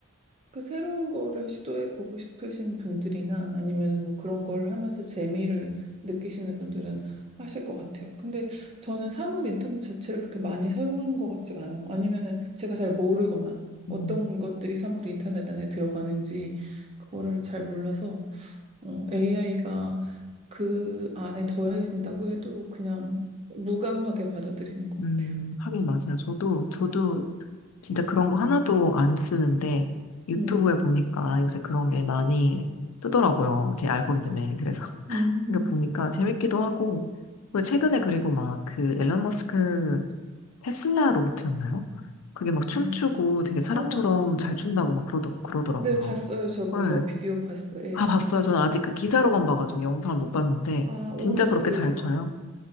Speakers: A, on the right (about 30°); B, on the left (about 80°).
A: 그 새로운 거를 시도해 보고 싶으신 분들이나 아니면 뭐 그런 거를 하면서 재미를 느끼시는 분들은 하실 것 같아요. 근데 저는 사물 인터넷 자체를 그렇게 많이 사용하는 것 같지가 않아요. 아니면은 제가 잘 모르거나
B: 음,
A: 어떤 것들이 사물 인터넷 안에 들어가는지 그거를 잘 몰라서 AI가 그 안에 더해진다고 해도 그냥 무감하게 받아들이는 것
B: 음,
A: 같아요.
B: 하긴 맞아요. 저도, 저도 진짜 그런 거 하나도 안 쓰는데, 유튜브에
A: 음.
B: 보니까 요새 그런 게 많이 뜨더라고요. 제 알고리즘에. 그래서, <laughs>
A: 음.
B: 이거 보니까 재밌기도 하고, 그 최근에 그리고 막 그 앨런 머스크 테슬라 로봇이었나요? 그게 막 춤추고
A: 음.
B: 되게 사람처럼
A: 아.
B: 잘 춘다고 막 그러더, 그러더라고요.
A: 네, 봤어요. 저 그거
B: 네,
A: 비디오 봤어요. 예.
B: 아, 봤어요. 저는 아직 그 기사로만 봐가지고 영상을 못 봤는데,
A: 아, 오늘
B: 진짜 그렇게
A: 그,
B: 잘 쳐요?